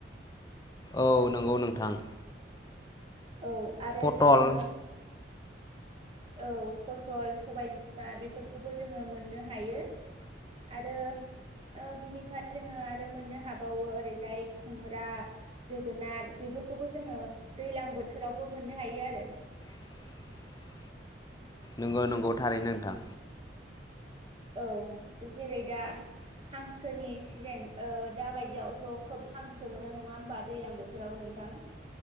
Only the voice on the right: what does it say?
औ आरो
जोङो औ पतल सबाय बिमा बेफोरखौबो जोङो मोननो हायो। आरो ओ बिनिफ्राय जोङो आरो मोननो हाबावो ओरैजाय खुमब्रा जोगोनार बेफ बेफोरखौबो जोङो दैलां बोथोरावबो मोननो हायो आरो
औ जेरै दा हांसोनि सिजेन ओ दाबायदियावथ' खोब हांसो मोनो नङा होमबा दैलां बोथोराव नों थां।